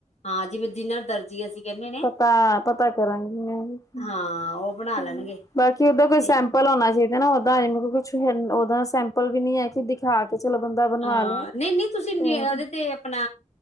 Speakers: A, on the left; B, on the left.
A: ਹਾਂ ਜਿਵੇਂ ਜਿਹਨਾ ਦਰਜੀ ਅਸੀਂ। ਕਹਿੰਦੇ ਨੇ
B: ਪਤਾ-ਪਤਾ ਕਰਾਂਗੀ ਮੈਂ ਵੀ।
A: ਹਾਂ ਉਹ ਬਣਾ ਲੈਣਗੇ
B: ਬਾਕੀ ਔਦਾਂ ਕੋਈ
A: ਤੇ
B: ਸੈਂਪਲ ਆਉਣਾ ਚਾਹੀਦਾ ਨਾ, ਔਦਾਂ ਮਤਲਬ ਕੁਛ ਔਦਾਂ ਸੈਂਪਲ ਵੀ ਨੀ ਹੈ, ਕਿ ਦਿਖਾ ਕੇ ਕਿ ਚਲੋ ਬੰਦਾ। ਬਣਵਾ
A: ਹਾਂ
B: ਲਏ
A: ਨਹੀਂ-ਨਹੀਂ, ਤੁਸੀਂ
B: ਹੋਰ
A: ਉਹਦੇ ਤੇ ਆਪਣਾ